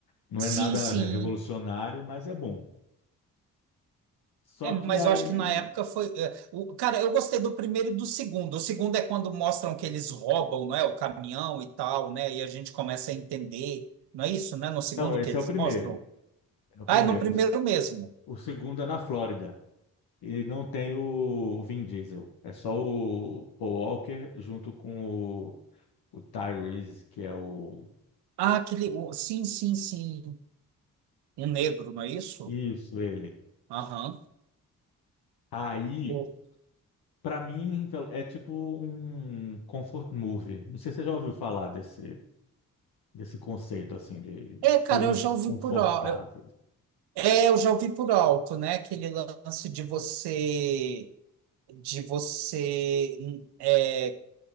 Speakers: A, on the left; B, on the right.
A: Não
B: Sim,
A: é nada
B: sim.
A: revolucionário, mas é bom. Só
B: É, mas
A: que aí.
B: eu acho que na época foi. é, o, cara, eu gostei do primeiro e do segundo. O segundo é quando mostram que eles roubam, não é, o caminhão e tal, né? E a gente começa a entender. Não é isso, né? No segundo
A: Não, esse
B: que eles
A: é o primeiro.
B: mostram?
A: É o primeiro.
B: Ah, é no primeiro mesmo.
A: O segundo é na Flórida. E não tem o, o Vin Diesel. É só o Paul Walker junto com o, o Tyrese, que é o.
B: Ah, aquele. o- sim, sim, sim. Um negro, não é isso?
A: Isso, ele.
B: Aham.
A: Aí
B: O-
A: Pra mim, é tipo um comfort movie. Não sei se você já ouviu falar desse, desse conceito, assim, de
B: É,
A: filmes
B: cara, eu já ouvi
A: confortáveis.
B: por alto. É, eu já ouvi por alto, né? Aquele lance de você. De você hum, é